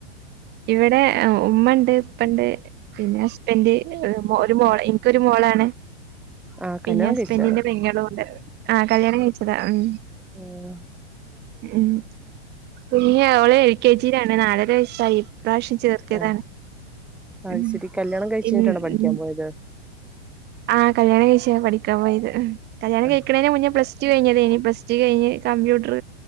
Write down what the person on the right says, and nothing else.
ഇവടെ ഉമ്മണ്ട് ഇപ്പണ്ട് പിന്നെ ഹസ്ബന്റ് ഒരു മാേ ഒരു മോ ഇൻക്കൊരു മോളാണ്
പിന്നെ
ഹസ്ബന്റിന്റെ
പെങ്ങെളൂണ്ട് ആഹ് കല്യാണം കയ്ച്ചതാ ആം
ഉം പിന്നെ അവള് എൽ കെ ജീലാണ് നാലര വയസ്സായി ഇപ്രാവ്ശ്യം ചേർത്ത്യതാണ്
ഉം
ഇൻ
ഉം
ആഹ് കല്യാണം കഴിച്ച പഠിക്കാൻ പോയത് കല്യാണം
കഴിക്ക്ണേന്ന് മുന്നെ പ്ലസ് കയ്ഞ്ഞതേനി പ്ലസ്റ്റു കെയ്ഞ്ഞ് കമ്പ്യൂട്ടർ